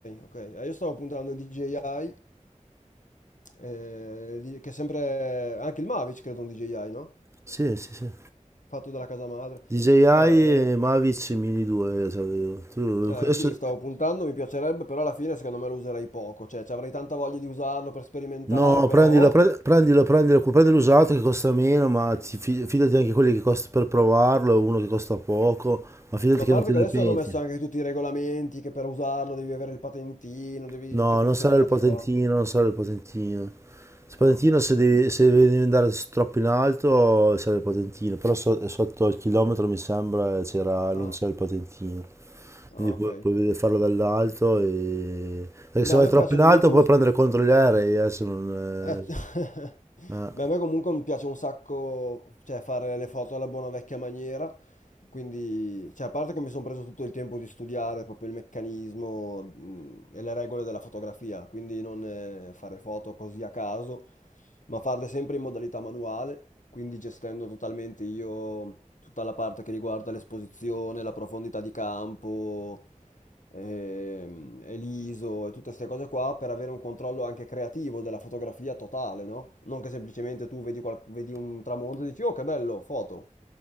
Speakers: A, on the left; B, on the right.
A: ok. Eh, io stavo puntando il DJI, eh, di- che è sempre... Anche il Mavic, credo, un DJI, no?
B: Sì, sì, sì.
A: Fatto dalla casa madre.
B: DJI
A: Eh, eh,
B: e Mavic Mini 2 io sapevo. Tu,
A: eh, anch'io
B: adesso,
A: li stavo puntando, mi piacerebbe, però alla fine secondo me lo userei poco, cioè ci avrei tanta voglia di usarlo per sperimentare,
B: No,
A: però...
B: prendilo,
A: oh,
B: pre- prendilo, prendilo, cu- prendi l'usato che costa meno, ma ti fi- fidati anche quelli che costa per provarlo, uno che costa poco, ma fidati
A: Ma a
B: che
A: parte
B: non te
A: che
B: ne
A: adesso
B: penti.
A: hanno messo anche tutti i regolamenti, che per usarlo devi avere il patentino, devi
B: No,
A: tutte queste
B: non sarà
A: menate
B: il patentino,
A: qua.
B: non sarà il patentino. Il patentino
A: Ah,
B: se
A: ho capito.
B: devi, se devi andare s- troppo in alto sarà il patentino, però so- sotto il chilometro mi sembra c'era,
A: Ah,
B: non c'è il patentino.
A: ah,
B: Quindi puoi,
A: ok.
B: puoi vedere- farlo dall'alto e... Perché se
A: Beh,
B: vai
A: a me
B: troppo
A: piace
B: in
A: comunque
B: alto puoi
A: un...
B: prendere contro gli aerei, eh, se non...
A: Eh, <laughs>
B: eh, eh.
A: beh, a me comunque mi piace un sacco, cioè, fare le foto alla buona vecchia maniera, quindi, cioè, a parte che mi sono preso tutto il tempo di studiare proprio il meccanismo, mh, e le regole della fotografia, quindi non eh, fare foto così a caso, ma farle sempre in modalità manuale, quindi gestendo totalmente io tutta la parte che riguarda l'esposizione, la profondità di campo, ehm, e l'ISO e tutte queste cose qua per avere un controllo anche creativo della fotografia totale, no? Non che semplicemente tu vedi, qual- vedi un tramonto e dici, oh che bello, foto